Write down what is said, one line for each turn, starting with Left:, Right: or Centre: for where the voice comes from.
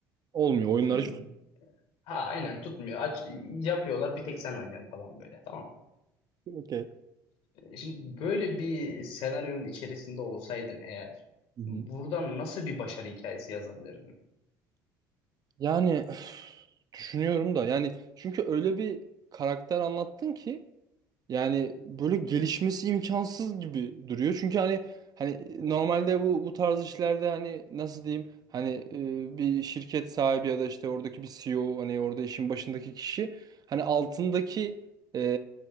Right: Olmuyor. Oyunlar
Left: Şimdi
Right: hiç...
Left: ha aynen tutmuyor. Aç, yapıyorlar bir tek sen oynuyorsun falan böyle tamam mı?
Right: Okey.
Left: Şimdi böyle bir senaryonun içerisinde olsaydın eğer
Right: Hı hı.
Left: buradan nasıl bir başarı hikayesi yazabilirdin?
Right: Yani üf, düşünüyorum da yani çünkü öyle bir karakter anlattın ki Yani böyle gelişmesi imkansız gibi duruyor. Çünkü hani hani normalde bu bu tarz işlerde hani nasıl diyeyim hani e, bir şirket sahibi ya da işte oradaki bir CEO hani orada işin başındaki kişi hani altındaki e,